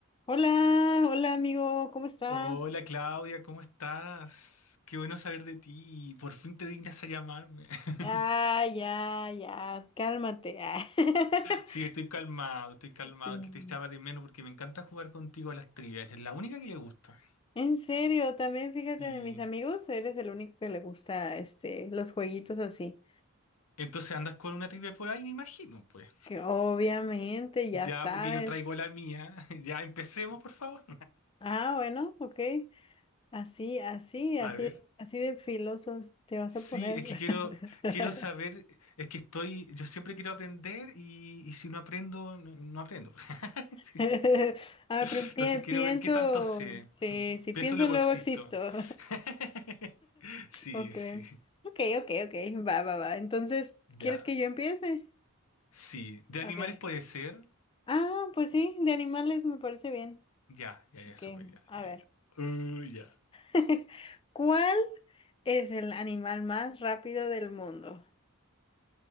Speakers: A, on the left; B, on the left.
A: Hola, hola amigo, ¿cómo estás?
B: Hola Claudia, ¿cómo estás? Qué bueno saber de ti. Por fin te dignas a llamarme. <laughs>
A: Ya, ya, ya, cálmate. ah. <laughs>
B: Sí, estoy calmado, estoy calmado.
A: Mm.
B: Es que te echaba de menos porque me encanta jugar contigo a las trivias. Es la única que le gusta.
A: En serio, también fíjate
B: Y
A: de mis amigos, eres el único que le gusta este los jueguitos así.
B: entonces andas con una trivia por ahí, me imagino, pues.
A: Que obviamente ya
B: Ya,
A: sabes.
B: porque yo traigo la mía. <laughs> Ya empecemos, por favor.
A: Ah, bueno, ok. Así, así, así,
B: A ver.
A: así de filosos te vas
B: Sí,
A: a poner.
B: es que quiero,
A: <laughs>
B: quiero saber, es que estoy, yo siempre quiero aprender y, y si no aprendo, no, no aprendo. <laughs>
A: <laughs> Ah, pero pi-
B: Entonces quiero
A: pienso,
B: ver qué tanto sé.
A: sí, si
B: Pienso
A: pienso
B: luego
A: luego
B: existo.
A: existo. <laughs>
B: <laughs> Sí,
A: Okay,
B: sí.
A: okay, okay, okay, va, va, va. Entonces,
B: Ya.
A: ¿quieres que yo empiece?
B: Sí. De animales
A: Okay.
B: puede ser.
A: Ah, pues sí, de animales me parece bien.
B: Ya, ya, ya,
A: Okay,
B: súper, ya,
A: a
B: ya,
A: ver.
B: ya. Uh, ya.
A: <laughs> ¿Cuál es el animal más rápido del mundo?